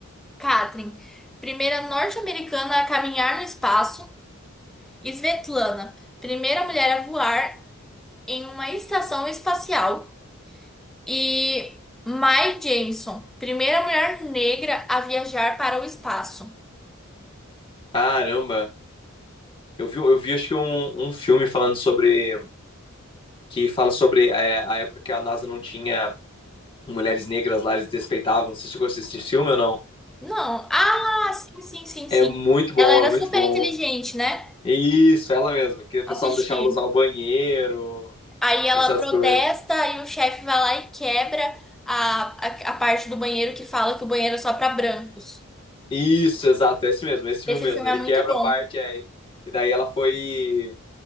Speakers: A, in the centre; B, on the left (about 25°).
A: Katrin, primeira norte-americana a caminhar no espaço. Svetlana, primeira mulher a voar em uma estação espacial. E Mae Jemison, primeira mulher negra a viajar para o espaço.
B: Caramba, eu vi, eu vi acho que um, um filme falando sobre, que fala sobre é, a época que a NASA não tinha mulheres negras lá, eles desrespeitavam. Você chegou a assistir esse filme ou não?
A: Não. Ah, sim, sim, sim,
B: É
A: sim.
B: muito bom,
A: Ela era
B: é muito
A: super
B: bom.
A: inteligente, né?
B: Isso, ela mesma, que o pessoal
A: Assisti.
B: não deixava ela usar o banheiro,
A: Aí ela
B: essas
A: protesta
B: coisas.
A: e o chefe vai lá e quebra a, a, a parte do banheiro que fala que o banheiro é só pra brancos.
B: Isso, exato, é esse mesmo, é esse filme
A: Esse
B: mesmo.
A: filme
B: Ele
A: é muito
B: quebra
A: bom.
B: a parte aí. E daí ela foi.